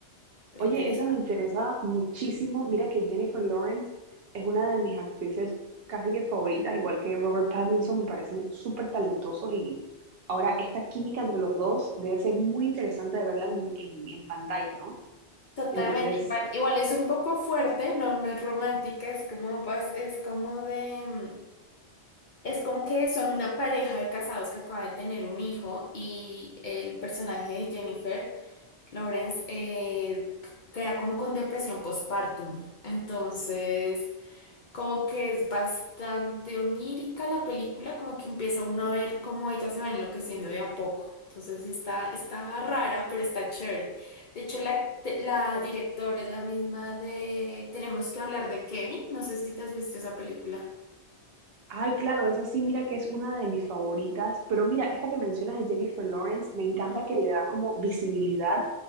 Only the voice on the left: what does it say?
¿Te
interesa?
Totalmente,
igual, igual es un poco fuerte, no, no es romántica, es como, pues, es como de, mm, es como que son una pareja de casados que acaba de tener un hijo y el personaje de Jennifer Lawrence eh, queda como con depresión postpartum, entonces como que es bastante onírica la película, como que empieza uno a ver cómo ella se va enloqueciendo de a poco. Entonces sí está, está rara, pero está chévere. De hecho, la, la directora es la misma de Tenemos que hablar de Kevin. No sé si te has visto esa película.
Ujú.